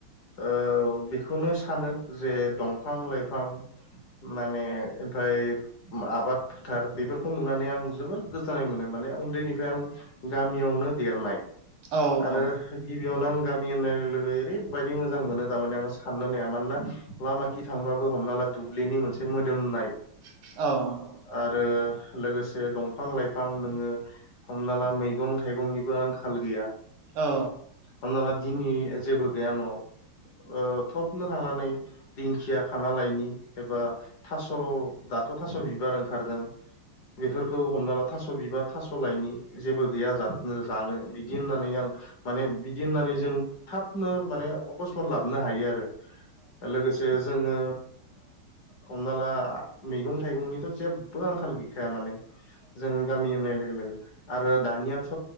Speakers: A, on the left (about 60°); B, on the right (about 75°).
A: ओ बेखौनो सानो जे दंफां-लाइफां मानेफाय आबाद फोथार बेफोरखौ नुनानै आं जोबोर गोजोननाय मोनो माने उन्दैनिफ्राय आं। गामियावनो देरनाय
B: औ
A: आरो
B: औ
A: गिबियावनो आं गामि होननाय लोगो ओरैबायदि मोजां मोनो थारमाने आं साननो नाया मानोना लामा खि थांबाबो हमना ला दुब्लिनि मोनसे मोदोमनाय।
B: औ
A: आरो लोगोसे दंफां लाइफां नोङो हमना ला मैगं थाइगंनिबो आंखाल गैया
B: औ।
A: हमना ला दिननि जेबो गैया न'आव थाबनो थांनानै। दिंखिया खाना लायनि एबा थास' दाथ' थास' बिबार ओंखारदों बेफोरखौ हमना ला थास' बिबार थास' लाइनि जेबो गैया जानो बिदि होननानै। आ माने बिदि होननानै जों थाबनो माने अखसमन लाबोननो हायो आरो। लोगोसे जोङो हमना ला मैगं थाइगंनिथ' जेबो आंखाल गैखाया माने। जों गामि होननाय लोगो लोगो आरो दानियाथ'